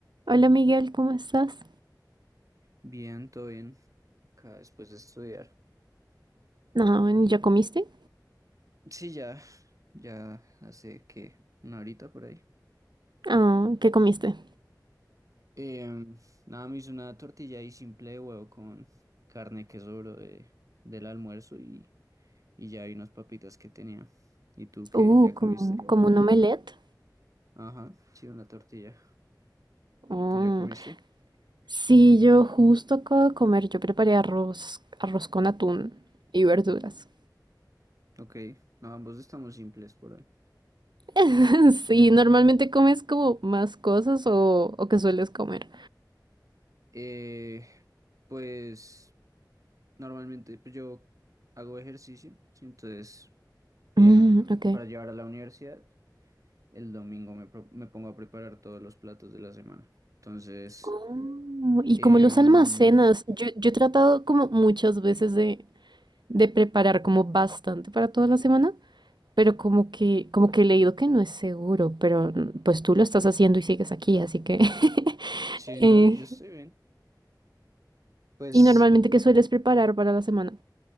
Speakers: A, on the right (about 80°); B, on the right (about 45°).
A: Hola Miguel, ¿cómo estás?
B: Bien, todo bien. Acá después de estudiar.
A: No, ¿ya comiste?
B: Sí, ya, ya hace que una horita por ahí.
A: Ah, ¿qué comiste?
B: Em, nada, me hice una tortilla ahí simple de huevo con carne que sobró de, del almuerzo y, y ya hay unas papitas que tenía. ¿Y tú qué?
A: Uh,
B: ¿Ya comiste?
A: como, como un omelette.
B: Ajá, sí, una tortilla.
A: Mm,
B: ¿Tú ya comiste?
A: Sí, yo justo acabo de comer, yo preparé arroz, arroz con atún y verduras.
B: Ok, no, ambos estamos simples por ahí.
A: <laughs> Sí, normalmente comes como más cosas o, o qué sueles comer.
B: Eh, pues normalmente pues, yo hago ejercicio, sí, entonces em,
A: Mm, ok.
B: para llevar a la universidad. El domingo me, pro- me pongo a preparar todos los platos de la semana. Entonces,
A: Oh, y
B: em,
A: como los almacenas, yo, yo he tratado como muchas veces de, de preparar como bastante para toda la semana, Pero como que, como que he leído que no es seguro, pero mm, pues tú lo estás haciendo y sigues aquí, así que... <laughs>
B: sí, no,
A: eh,
B: yo estoy bien. Pues
A: y normalmente, ¿qué sueles preparar para la semana?